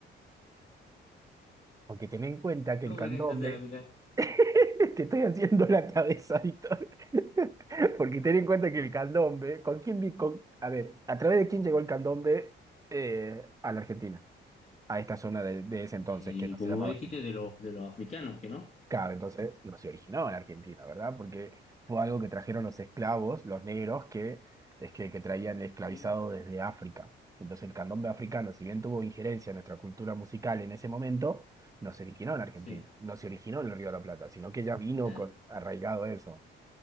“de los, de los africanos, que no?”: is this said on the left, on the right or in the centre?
Left